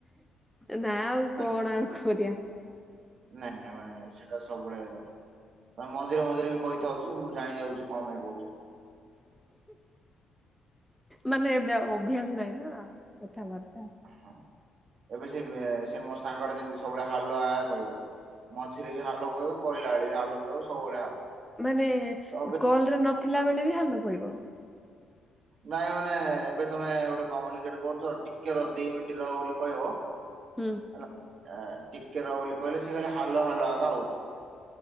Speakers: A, in the centre; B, on the right.
A: ନା ଆଉ
B: ନାଇଁ
A: କଣ ଆଉ କରିଆ?
B: ନାଇଁ ନାଇଁ ମାନେ ସେଟା ସବୁବେଳେ ତମେ ମଝିରେ ମଝିରେ ବି କହିଥାଉଚ ମୁଁ ଜାଣି ଯାଉଚ କଣପାଇଁ କହୁଚ।
A: ମାନେ ଏବେ ଅଉ ଅଭ୍ୟାସ ନାଇଁ ନା କଥାବାର୍ତ୍ତା।
B: ହୁଁ ଏବେ ସେ ସେ ମୋ ସାଙ୍ଗଟେ ଯେମିତି ସବୁବେଳେ ହାଲୋ ହାଏ କହିବ। ମଝିରେ ବି ହାଲୋ କହିଲା ବେଳେ ବି ହାଲୋ କହିବ ସବୁବେଳେ ହାଲୋ।
A: ମାନେ
B: ତ ଏବେ
A: କଲରେ ନଥିଲା ବେଳେ ବି ହାଲୋ କହିବ।
B: ନାଇଁ ମାନେ ଏବେ ତମେ ଗୋଟେ କମ୍ୟୁନିକେଟେ କରୁଚ ଟିକେ ରହ ଦି ମିନିଟ ରହ ବୋଲି କହିବ
A: ହୁଁ।
B: ହେଲା। ଅଁ ଟିକେ ର ବୋଲି କହିଲେ ସେ ଖାଲି ହାଲୋ ହାଲୋ ହାଲୋ ହୋଉଥିବ।